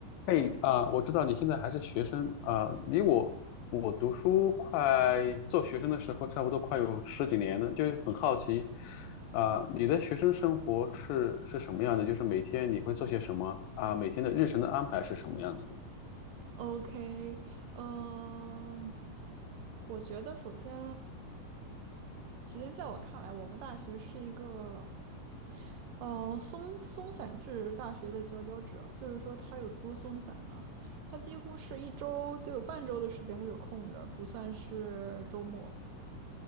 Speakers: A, on the left; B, on the right.
A: 嘿，啊、我知道你现在还是学生啊、离我我读书快做学生的时候，差不多快有十几年了，就是很好奇啊、你的学生生活是是什么样的？就是每天你会做些什么啊、每天的日程的安排是什么样子的
B: OK，嗯、我觉得首先，首先在我看来，我们大学是一个，呃，松松散制大学的佼佼者。就是说，它有多松散呢？它几乎是一周都有半周的时间都是空着，不算是周末。